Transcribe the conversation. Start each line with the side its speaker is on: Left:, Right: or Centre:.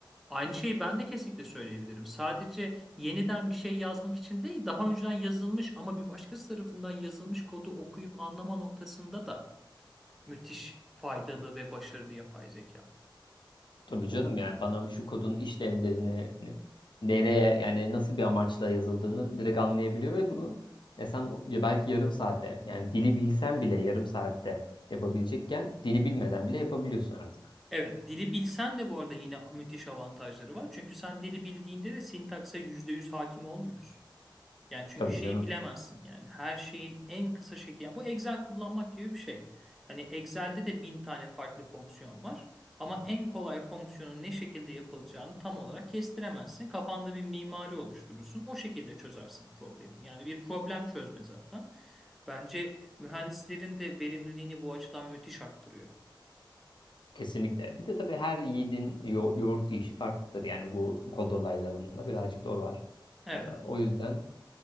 Centre: Aynı şeyi ben de kesinlikle söyleyebilirim. Sadece yeniden bir şey yazmak için değil, daha önceden yazılmış ama bir başkası tarafından yazılmış kodu okuyup anlama noktasında da müthiş faydalı ve başarılı yapay zeka.
Left: Tabii canım
Centre: O
Left: yani bana şu kodun işlevlerini ne- nereye yani nasıl bir amaçla yazıldığını direkt anlayabiliyor ve bunu e sen ya belki yarım saatte yani dili bilsen bile yarım saatte yapabilecekken dili bilmeden bile yapabiliyorsun artık.
Centre: Evet, dili bilsen de bu arada yine müthiş avantajları var. Çünkü sen dili bildiğinde de sintakse %100 hakim olmuyorsun. Yani çünkü
Left: Tabii
Centre: şeyi
Left: canım.
Centre: bilemezsin yani her şeyin en kısa şekli. Yani bu Excel kullanmak gibi bir şey. Hani Excel'de de bin tane farklı fonksiyon var. Ama en kolay fonksiyonun ne şekilde yapılacağını tam olarak kestiremezsin. Kafanda bir mimari oluşturursun. O şekilde çözersin problemi. Yani bir problem çözme zaten. Bence mühendislerin de verimliliğini bu açıdan müthiş arttırıyor.
Left: Kesinlikle. Bir de tabii her yiğidin yo- yoğurt yiyişi farklıdır. Yani bu kod olaylarında birazcık da o var.
Centre: Evet.
Left: Ee, o yüzden